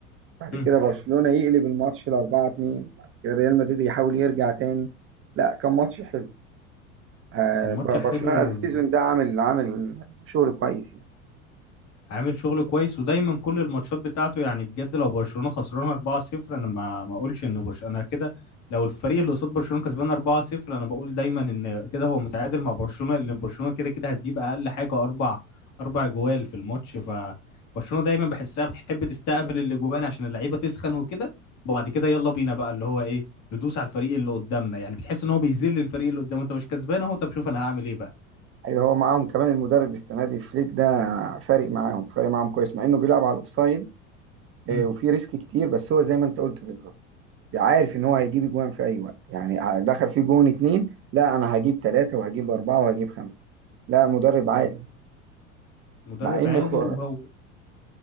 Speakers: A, on the right (about 35°); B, on the left (about 45°).
A: بعد
B: مم.
A: كده برشلونة يقلب الماتش ل 4-2 بعد كده ريال مدريد يحاول يرجع تاني لا كان ماتش حلو آه،
B: كان ماتش
A: ب-
B: حلو
A: برشلونة السيزون ده عامل عامل شغل كويس يعني
B: وعامل شغل كويس ودايما كل الماتشات بتاعته يعني بجد لو برشلونة خسرانها 4-0 انا ما ما اقولش ان برشلونة انا كده لو الفريق اللي قصاد برشلونة كسبان 4-0 انا بقول دايما ان كده هو متعادل مع برشلونة لان برشلونة كده كده هتجيب اقل حاجة اربع اربع جوال في الماتش فبرشلونة دايما بحسها بتحب تستقبل الاجوان عشان اللعيبة تسخن وكده وبعد كده يلا بينا بقى اللي هو ايه ندوس على الفريق اللي قدامنا يعني بتحس ان هو بيذل الفريق اللي قدامه انت مش كسبان اهو طب شوف انا هعمل ايه بقى
A: ايوه هو معاهم كمان المدرب السنة دي فليك ده فارق معاهم فارق معاهم كويس مع انه بيلعب على الاوفسايد
B: مم.
A: آه، وفي ريسك كتير بس هو زي ما انت قلت بالظبط عارف ان هو هيجيب اجوان في اي وقت يعني دخل في جون اتنين لا انا هجيب ثلاثة وهجيب اربعة وهجيب خمسة لا مدرب عالي
B: مدرب
A: مع ان
B: عالي
A: خ...
B: وهو